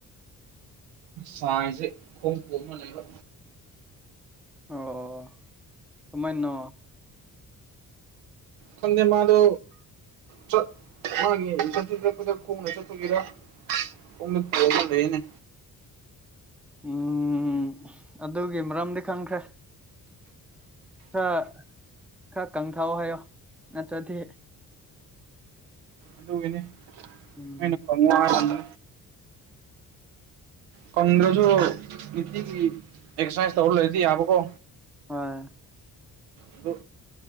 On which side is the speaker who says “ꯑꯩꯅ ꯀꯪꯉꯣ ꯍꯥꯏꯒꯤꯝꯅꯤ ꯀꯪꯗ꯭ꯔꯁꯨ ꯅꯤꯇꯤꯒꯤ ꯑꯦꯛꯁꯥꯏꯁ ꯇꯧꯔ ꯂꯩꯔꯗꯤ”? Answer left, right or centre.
Right